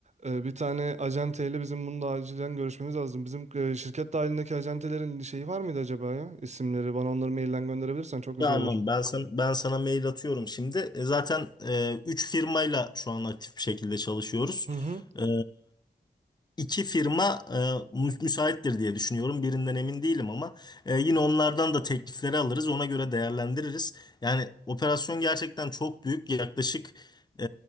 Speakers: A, on the right; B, on the left.
A: Ee, bir tane acenteyle bizim bunu da acilen görüşmemiz lazım. Bizim e, şirket dahilindeki acentelerin şeyi var mıydı acaba ya? İsimleri bana onları mailden gönderebilirsen çok güzel
B: Tamam
A: olur.
B: ben sana, ben sana mail atıyorum şimdi. E, zaten e, 3 firmayla şu an aktif bir şekilde çalışıyoruz.
A: Hı hı.
B: E, iki firma e, mü- müsaittir diye düşünüyorum. Birinden emin değilim ama e, yine onlardan da teklifleri alırız. Ona göre değerlendiririz. Yani operasyon gerçekten çok büyük. Yaklaşık e,